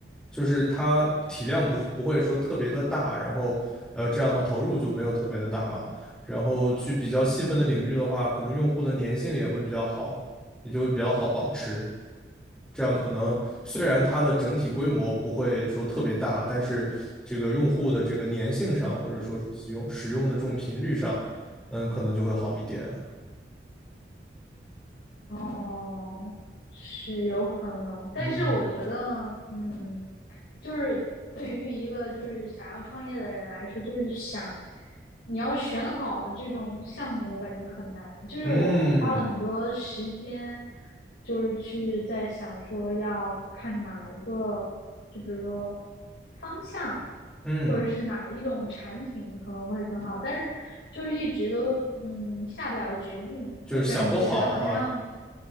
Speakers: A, in the centre; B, on the left (about 85°).
A: 就是它体量不是不会说特别的大，然后呃这样的话投入就没有特别的大嘛。然后去比较细分的领域的话，可能用户的粘性也会比较好，也就会比较好保持。这样可能虽然它的整体规模不会说特别大，但是这个用户的这个粘性上，或者说是使用使用的这种频率上，嗯，可能就会好一点。
B: 哦，是有可能，但是我觉得，
A: 嗯，
B: 嗯，就是对于一个就是想要创业的人来说，就是想你要选好这种项目，我感觉很难。就是我花了很多时间，
A: 嗯。
B: 就是去在想说要看哪一个，就比如说方向，
A: 嗯，
B: 或者是哪一种产品可能会更好，但是就是一直都嗯下不了决定，
A: 就是想不好哈，
B: 就感觉好像。